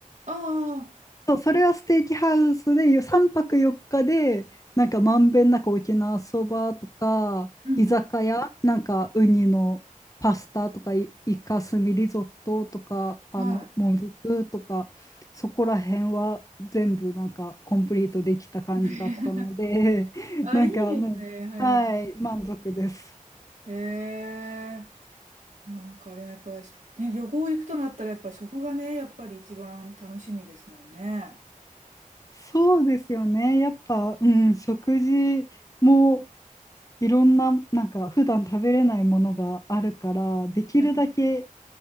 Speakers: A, on the right; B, on the left.
A: ああ。
B: そう、それはステーキハウスで3泊4日で、なんかまんべんなく沖縄そばとか、
A: うんうん。
B: 居酒屋、なんかウニのパスタとか、いイカスミリゾットとか、あの、
A: <laughs> はい。
B: もずくとか、そこら辺は全部なんかコンプリートできた感じだったので、
A: <laughs>
B: <laughs>
A: あ、
B: なんかもう、
A: いいですね。はいはい。
B: はい、満足です。
A: へえ。なんか、でもやっぱり、ね、旅行行くとなったら、やっぱり食がね、やっぱり一番楽しみですもんね。
B: そうですよね。やっぱ、うん、食事もいろんな、なんか普段食べれないものがあるから、できるだけ
A: はいはい。